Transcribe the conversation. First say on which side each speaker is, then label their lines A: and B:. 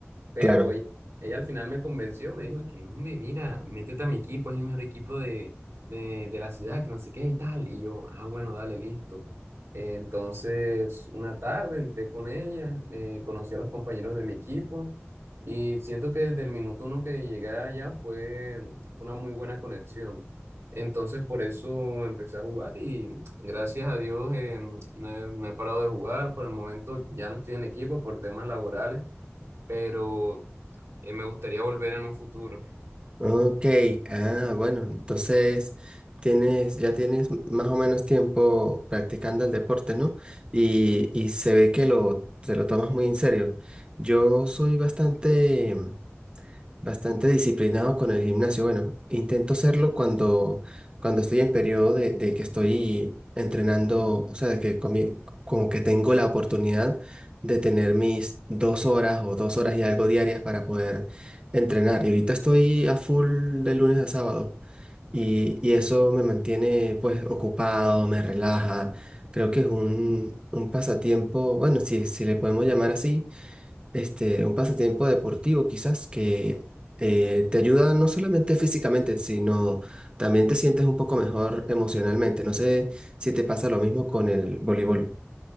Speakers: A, on the right; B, on the right.
A: Pero
B: Claro.
A: ella, ella al final me convenció, me dijo que no, hombre, mira, métete a mi equipo, es el mejor equipo de, de, de la ciudad, que no sé qué y tal. Y yo, ah, bueno, dale, listo. Eh, entonces, una tarde entré con ella, eh, conocí a los compañeros de mi equipo y siento que desde el minuto uno que llegué allá fue, fue una muy buena conexión. Entonces, por eso empecé a jugar y gracias a Dios eh, no he no he parado de jugar. Por el momento ya no estoy en equipo por temas laborales pero eh, me gustaría volver en un futuro.
B: Ok, ah, bueno, entonces tienes, ya tienes m- más o menos tiempo practicando el deporte, ¿no? Y, y se ve que lo, te lo tomas muy en serio. Yo soy bastante Bastante disciplinado con el gimnasio. Bueno, intento serlo cuando, cuando estoy en periodo de, de que estoy entrenando, o sea, de que comi- como que tengo la oportunidad de tener mis dos horas o dos horas y algo diarias para poder entrenar. Y ahorita estoy a full de lunes a sábado y, y eso me mantiene pues ocupado, me relaja. Creo que es un, un pasatiempo, bueno, si, si le podemos llamar así este, un pasatiempo deportivo quizás que eh, te ayuda no solamente físicamente, sino también te sientes un poco mejor emocionalmente. No sé si te pasa lo mismo con el voleibol.